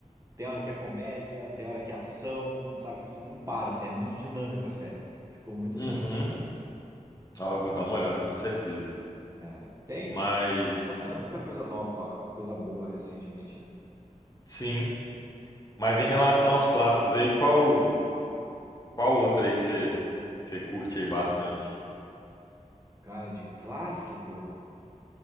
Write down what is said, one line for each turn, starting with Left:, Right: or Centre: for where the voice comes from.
Right: tem hora que é comédia, tem hora que é ação, sabe? Tipo assim, não para, assim, é muito dinâmico a série. Ficou muito
Left: Uhum.
Right: boa.
Left: Ó, vou dar uma olhada com certeza.
Right: É, tem,
Left: Mas
Right: passaram muita coisa nova, coisa boa recentemente, né?
Left: sim. Mas em relação aos clássicos aí, qual qual outra aí que você você curte aí bastante?
Right: Cara, de clássico,